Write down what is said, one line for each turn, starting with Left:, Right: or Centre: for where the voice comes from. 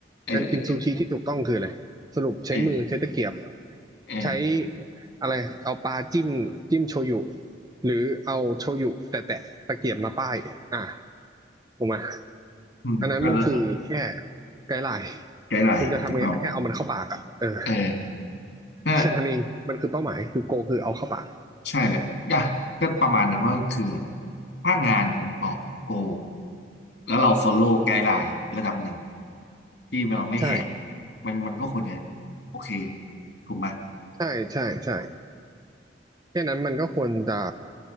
Left: เออเออเออ
Right: การกินซูชิที่ถูกต้องคืออะไรสรุปใช้มือใช้ตะเกียบ
Left: เออเออ
Right: ใช้อะไรเอาปลาจิ้มจิ้มโชยุหรือเอาโชยุแต่แตะตะเกียบมาป้ายอ่าถูกไหม
Left: อืมแล้วก็
Right: อันนั้นมันคือแค่ไกด์ไลน์
Left: ไกด์ไลน์ถูกต้อง
Right: คุณจะทำไงก็แค่เอามันเข้าปากอ่ะเออ
Left: เออนั่น
Right: แค่นั้นเองมันคือเป้าหมายคือโกคือเอาเข้าปาก
Left: ใช่เลยอ่ะก็ประมาณนั้นว่าคือแบบถ้างานมันตอบโกลแล้วเรา follow ไกด์ไลน์ระดับหนึ่งที่เราไม่แหก
Right: ใช่
Left: มันมันก็ควรจะโอเคถูกไหม
Right: ใช่ใช่ใช่แค่นั้นมันก็ควรจะ